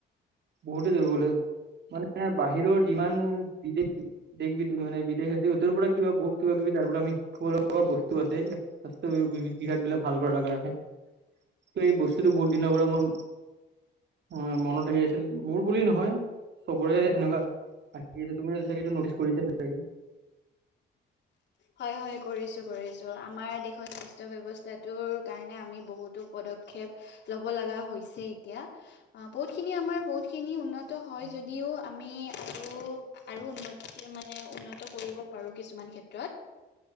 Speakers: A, on the right; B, on the left.
A: বহুতে দূৰ্বলে, মানে বাহিৰৰ যিমান বিদেশ দেশ বিদ মানে বিদেশ আছে, সিহঁতৰ পাৰা কিবা বহুত কিবা-কিবি তাৰ পাৰা আমি শিকিবলৈ এনেকুৱা বস্তু আছে, এ স্বাস্থ্য বি-বিভাগ বিলাক ভাল কৰাৰ কাৰণে। ত' এই বস্তুটো বহুত দিনৰ পাৰা মোৰ অ', মনত হেৰি আছিল মোৰ বুলি নহয়, চবৰে এনেকুৱা আছে তুমিটো চাগে এই নটিচ কৰিছা চাগে। <inaudible>
B: হয় হয়, কৰিছো কৰিছো আমাৰ দেশৰ স্বাস্থ্য ব্যৱস্থাটোৰ কাৰণে আমি বহুতো পদ শেপ লব লাগা হৈছে এতিয়া। আ' বহুত খিনি আমাৰ বহুত খিনি উন্নত হয় যদি ইও আমি আৰু আৰু উন্নতি মানে উন্নত কৰিব পাৰো কিছুমান ক্ষেত তাত